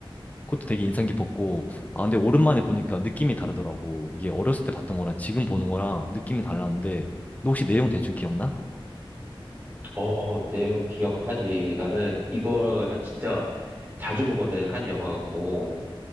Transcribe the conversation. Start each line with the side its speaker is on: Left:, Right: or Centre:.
Left: 그것도 되게 인상 깊었고 아 근데 오랜만에 보니까 느낌이 다르더라고. 이게 어렸을 때 봤던 거랑 지금 보는 거랑 느낌이 달랐는데 너 혹시 내용 대충 기억나?
Right: 어, 내용 기억하지. 나는 이걸 진짜 자주 보거든, 한 영화 같고.